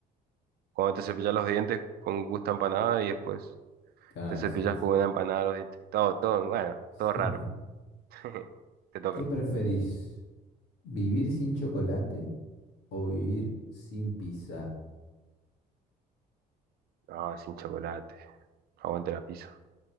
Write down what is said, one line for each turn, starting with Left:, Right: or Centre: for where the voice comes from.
Right: cuando te cepillas los dientes con gusto a empanada y después
Left: claro,
Right: Te cepillas
Left: sí. es.
Right: con una empanada los dientes. Todo, todo, bueno,
Left: <laughs>
Right: todo raro. <laughs> Te toca.
Left: ¿Qué preferís? ¿Vivir sin chocolate o vivir sin pizza?
Right: No, sin chocolate. Aguante la pizza.